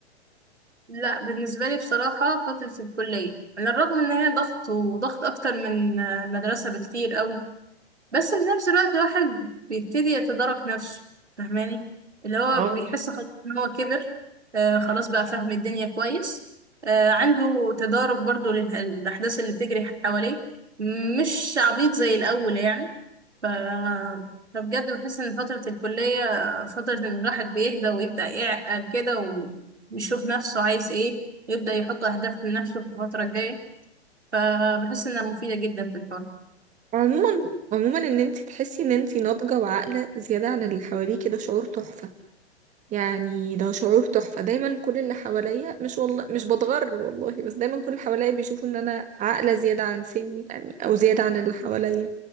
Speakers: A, on the right; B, on the right.
A: لا بالنسبه لي بصراحه فتره الكليه على الرغم ان هي ضغط وضغط اكتر من المدرسه بكتير قوي بس في نفس الوقت الواحد بيبتدي يتدارك نفسه فاهماني اللي هو
B: اه
A: بيحس خلاص ان هو كبر آه خلاص بقى فاهم الدنيا كويس آه عنده تدارك برضو للأحداث اللي بتجري حواليه مش عبيط زي الأول يعني ف... فبجد بحس إن فترة الكلية فترة إن الواحد بيهدى ويبدأ يعقل كده ويشوف نفسه عايز إيه ويبدأ يحط أهداف لنفسه في الفترة الجاية فبحس إنها مفيدة جدا في الحوار
B: عموما عموما ان انتي تحسي ان انتي ناضجة وعاقلة زيادة عن اللي حواليكي ده شعور تحفة يعني ده شعور تحفة دايما كل اللي حواليا مش والله مش بتغر والله بس دايما كل اللي حواليا بيشوفوا ان انا عاقلة زيادة عن سني يعني او زيادة عن اللي حواليا